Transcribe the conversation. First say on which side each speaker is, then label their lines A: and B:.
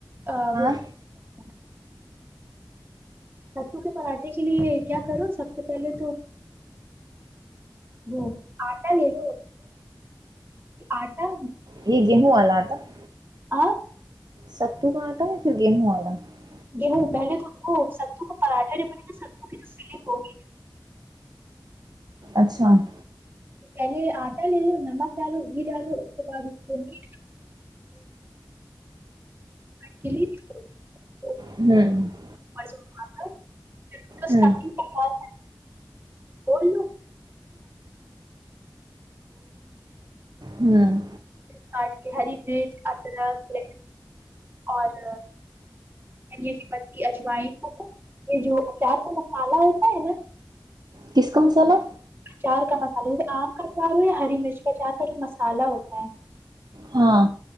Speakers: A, on the right (about 30°); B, on the right (about 60°).
A: آ
B: ہاں
A: وہک <unintelligible> <unintelligible> ستو کے پراٹھے کے لیے کیا کرو سب سے پہلے تو وہ آٹا لے لو آٹا
B: ہی گ ہو واللہ آٹا <unintelligible>
A: آ <unintelligible> <inaudible>
B: ستو کانٹا یا پھر گیہوں والا <unintelligible>
A: گیہو پہلے تو ہم کو ستو کا پراٹھا جو بنے گا ستو کی تو سل ہو گی ن
B: اچھا <unintelligible>
A: کہنی آٹالو نمک دال گڈیاال اپت بادتنی کلیے <unintelligible>
B: ہوں <unintelligible>
A: مڑ سو آپ ہے <unintelligible>
B: ہوں
A: <unintelligible> ف <unintelligible> <unintelligible> بولو
B: ہوں
A: پار کے ہری مرچ ادرک اور کی پ اجوائن یہ جو پیار کا مسالہ ہوتا ہے نا <unintelligible>
B: کس کا مسالحہ
A: چار کا مسالہ جیسے آم کا چار ہو یا ہری مرچ کا چار کا جو مسالہ ہوتا ہے
B: ہاں